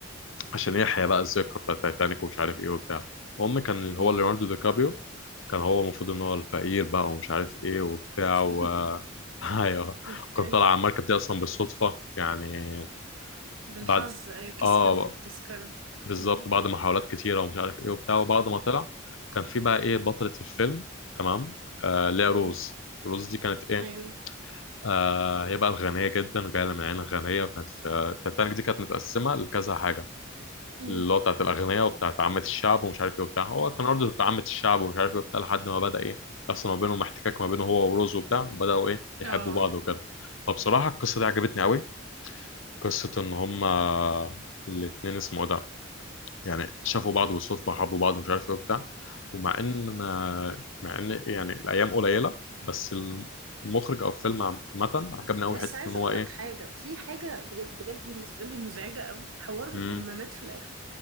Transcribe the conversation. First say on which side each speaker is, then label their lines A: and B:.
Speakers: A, on the left; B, on the right.
A: عشان يحيى بقى الذكرى بتاع تايتانيك ومش عارف ايه وبتاع المهم كان هو
B: امم
A: ليوناردو دي كابريو كان هو المفروض ان هو الفقير بقى ومش عارف ايه وبتاع
B: <laughs>
A: و <laughs> ايوه
B: اوكي
A: كان طالع على المركب دي اصلا بالصدفه يعني
B: بالحظ
A: بعد
B: أيوة كسب
A: اه
B: التذكرة
A: بالظبط
B: مم.
A: بعد محاولات كتيره ومش عارف ايه وبتاع وبعد ما طلع كان في بقى ايه بطله الفيلم تمام آه اللي هي روز
B: مم.
A: روز دي كانت ايه
B: ايوه
A: آه هي بقى الغنيه جدا وجايه من عيله غنيه وكانت في التايتانيك دي كانت متقسمه لكذا حاجه
B: مم.
A: اللي هو بتاعت الأغنياء وبتاعت عامة الشعب ومش عارف إيه وبتاع هو كان برضه بتاع عامة الشعب ومش عارف إيه وبتاع لحد ما بدأ إيه يحصل ما بينهم احتكاك ما بينه هو وروز وبتاع وبدأوا إيه يحبوا
B: اه
A: بعض وكده فبصراحة القصة دي عجبتني أوي قصة إن هما الاتنين اسمه إيه ده يعني شافوا بعض بالصدفة وحبوا بعض ومش عارف إيه وبتاع ومع إن مع إن يعني الأيام قليلة بس المخرج أو الفيلم عامة عجبني أوي
B: بس
A: حتة
B: عايزه
A: إن هو
B: اقول
A: إيه
B: لك حاجه في حاجه بجد بجد بالنسبه لي مزعجه قوي حوار
A: مم.
B: لما مات في الاخر